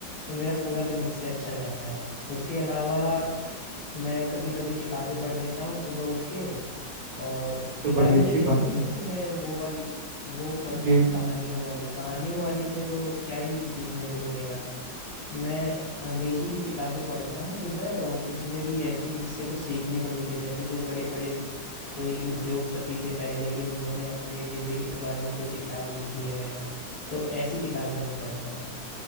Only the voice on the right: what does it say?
तो
बड़ी अच्छी
बात
है
जी